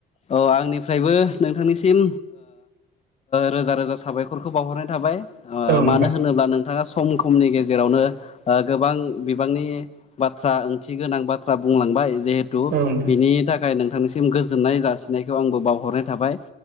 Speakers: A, on the left (about 40°); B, on the right (about 70°).
A: अ आंनिफ्रायबो नोंथांनिसिम रोजा रोजा साबायखरखौ बावहरनाय थाबाय ओ
B: औ नोंथां
A: मानो होनोब्ला नोंथाङा सम खमनि गेजेरावनो गोबां बिबांनि बाथ्रा ओंथि गोनां बाथ्रा बुंलांबाय जिहेथु
B: औ नोंथां
A: बिनि थाखाय नोंथांनि सिम गोजोननाय जासिनायखौ आंबो बावहरनाय थाबाय